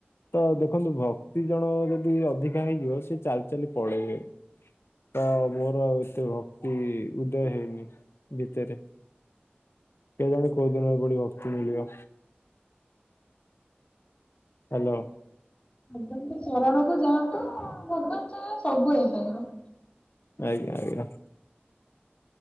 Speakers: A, on the left; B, on the left.
A: ତ ଦେଖନ୍ତୁ ଭକ୍ତି ଜଣଙ୍କର ଯଦି ଅଧିକା ହେଇଯିବ ସେ ଚାଲି ଚାଲି ପଳେଇବେ। ତ ମୋର ଏତେ ଭକ୍ତି ଉଦୟ ହେଇନି ଭିତରେ। କେଜାଣି କୋଉଦିନ ବୁଡ଼ି ଭକ୍ତି ମିଳିବ। ହ୍ୟାଲୋ।
B: ଭଗବାନଙ୍କ ଶରଣକୁୁ ଯାଆନ୍ତୁ, ଭଗବାନ ଚାହିଁଲେ ସବୁ ହେଇପାରିବ।
A: ଆଜ୍ଞା ଆଜ୍ଞା।